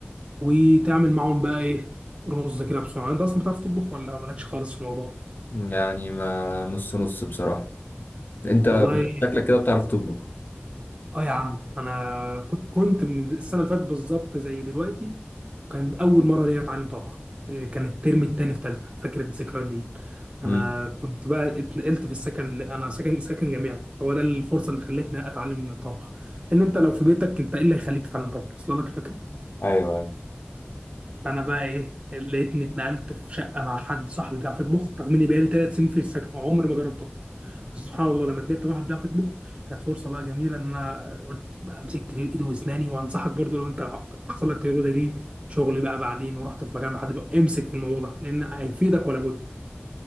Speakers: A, on the right (about 30°); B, on the left (about 50°).
A: وتعمل معاهم بقى ايه رز كده بسرعه انت اصلا بتعرف تطبخ ولا مالكش خالص في الموضوع
B: يعني ما نص نص بصراحه انت
A: والله
B: شكلك كده بتعرف تطبخ
A: اه يا عم انا كنت كنت من السنه اللي فاتت بالظبط زي دلوقتي كان اول مره ليا اتعلم طبخ إيه، كان الترم التاني في تالتة فاكر الذكريات دي انا
B: امم
A: كنت بقى اتنقلت في السكن اللي انا ساكن ساكن جامعي فهو ده الفرصه اللي خلتني اتعلم طبخ ان انت لو في بيتك انت ايه اللي هيخليك تتعلم طبخ اصلا لك الفكره
B: ايوه أيوة.
A: فانا بقى ايه لقيتني اتنقلت في شقه مع حد صاحبي بيعرف يطبخ رغم اني بقالي ثلاث سنين في السكن عمري ما جربت اطبخ بس سبحان الله لما اتنقلت مع واحد بيعرف يطبخ كانت فرصه بقى جميله ان انا قلت بقى مسكت في ايدي واسناني وانصحك برضو لو انت حصل لك تجربه زي دي شغل بقى بعدين ورحت في مكان مع حد بقى امسك في الموضوع ده لان هيفيدك ولا بد